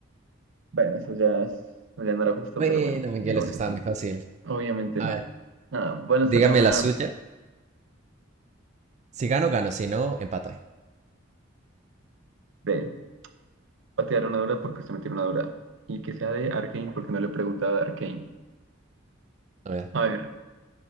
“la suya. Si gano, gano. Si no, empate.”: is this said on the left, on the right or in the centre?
Right